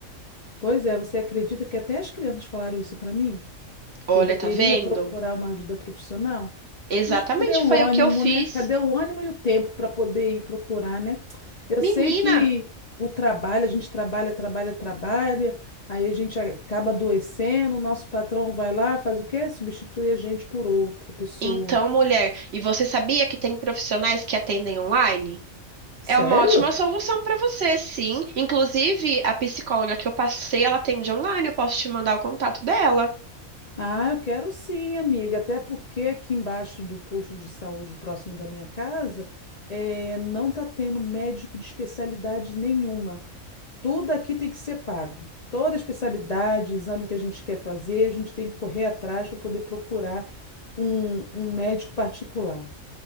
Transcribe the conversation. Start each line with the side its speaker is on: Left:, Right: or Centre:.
Left: Pois é, você acredita que até as crianças falaram isso para mim?
Right: Olha,
Left: Que eu deveria
Right: tá vendo?
Left: procurar uma ajuda profissional?
Right: Exatamente
Left: Mas cadê o
Right: foi
Left: ânimo,
Right: o que eu fiz.
Left: né? Cadê o ânimo e o tempo para poder ir procurar, né? Eu
Right: Menina,
Left: sei que o trabalho, a gente trabalha, trabalha, trabalha, aí a gente acaba adoecendo, o nosso patrão vai lá, faz o quê? Substitui a gente por outra pessoa.
Right: então mulher, e você sabia que tem profissionais que atendem online?
Left: Sério?
Right: É uma ótima solução para você, sim. Inclusive, a psicóloga que eu passei, ela atende online. Eu posso te mandar o contato dela.
Left: Ah, eu quero sim, amiga. Até porque aqui embaixo do posto de saúde próximo da minha casa, eh, não está tendo médico de especialidade nenhuma. Tudo aqui tem que ser pago. Toda especialidade, exame que a gente quer fazer, a gente tem que correr atrás para poder procurar um, um médico particular.